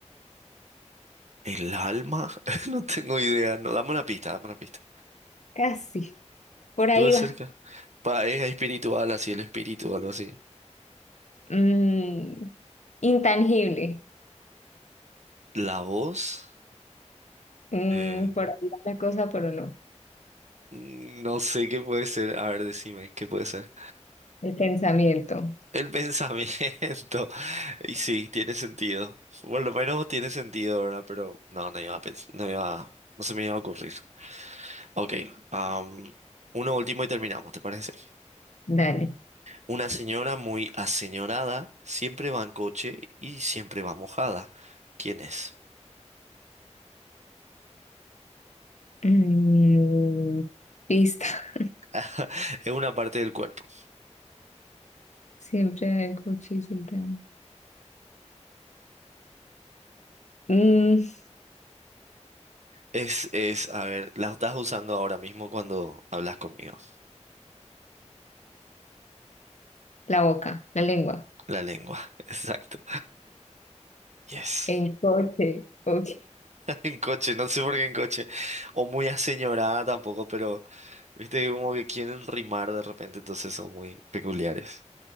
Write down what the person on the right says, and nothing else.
¿El alma? <laughs> No tengo idea. No, dame una pista, dame una pista.
Estuve
cerca. Pa, es espiritual, así el espíritu, o algo así.
¿La voz?
Eh,
mm, No sé qué puede ser. A ver, decime, ¿qué puede ser?
El pensamiento. <laughs> Y sí, tiene sentido. Por lo menos tiene sentido, ¿verdad? Pero no, no iba a pens- no iba, no se me iba a ocurrir. Ok, am, uno último y terminamos, ¿te parece?
Una señora muy aseñorada siempre va en coche y siempre va mojada. ¿Quién es?
<laughs> Es una parte del cuerpo.
Es, es, a ver, la estás usando ahora mismo cuando hablas conmigo.
La lengua, <laughs> exacto. Yes.
En coche, no sé por qué en coche. O muy aseñorada tampoco, pero viste que como que quieren rimar de repente, entonces son muy peculiares.